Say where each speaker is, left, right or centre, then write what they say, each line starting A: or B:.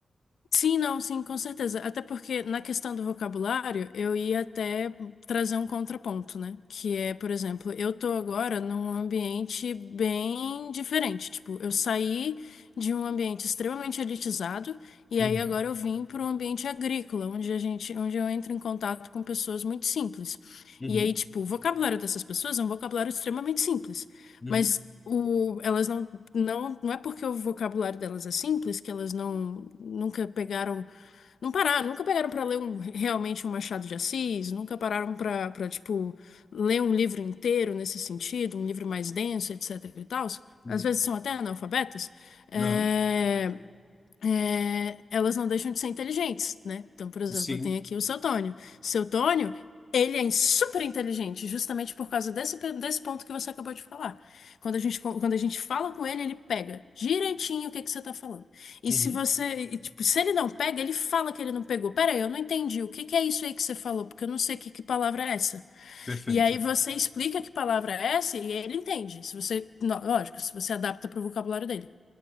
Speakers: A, on the left; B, on the left.
A: Sim, não, sim, com certeza. Até porque na questão do vocabulário, eu ia até trazer um contraponto, né? Que é, por exemplo, eu tô agora num ambiente bem diferente. Tipo, eu saí de um ambiente extremamente elitizado e
B: Uhum,
A: aí agora eu vim para um ambiente agrícola, onde a gente, onde eu entro em contato com pessoas muito simples.
B: uhum,
A: E aí, tipo, o vocabulário dessas pessoas é um vocabulário extremamente simples,
B: uhum,
A: mas o, elas não não, não é porque o vocabulário delas é simples que elas não nunca pegaram, não pararam, nunca pegaram para ler um, realmente um Machado de Assis, nunca pararam para para tipo ler um livro inteiro nesse sentido, um livro mais denso, etc e tal.
B: uhum.
A: Às vezes são até analfabetas, É,
B: Não,
A: é, elas não deixam de ser inteligentes, né? Então, por exemplo,
B: sim,
A: eu tenho aqui o seu Tônio. Seu Tônio, ele é super inteligente, justamente por causa desse, pe- desse ponto que você acabou de falar. Quando a gente, co- quando a gente fala com ele, ele pega direitinho o que que você tá falando. E
B: uhum.
A: se você, e, tipo, se ele não pega, ele fala que ele não pegou. Pera aí, eu não entendi. O que que é isso aí que você falou? Porque eu não sei que, que palavra é essa.
B: perfeito.
A: E aí você explica que palavra é essa e ele entende. Se você, não, lógico, se você adapta pro vocabulário dele.